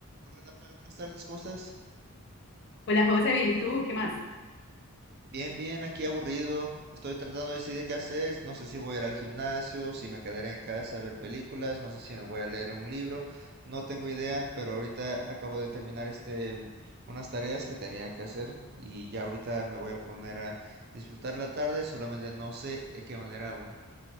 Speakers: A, on the right (about 45°); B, on the left (about 55°).
A: Hola Laura, buenas tardes, ¿cómo estás?
B: Hola José, bien, ¿y tú? ¿Qué más?
A: Bien, bien, aquí aburrido. Estoy tratando de decidir qué hacer. No sé si voy a ir al gimnasio, si me quedaré en casa a ver películas, no sé si me voy a leer un libro. No tengo idea, pero ahorita acabo de terminar este unas tareas que tenía que hacer y ya ahorita me voy a poner a disfrutar la tarde, solamente no sé de qué manera aún.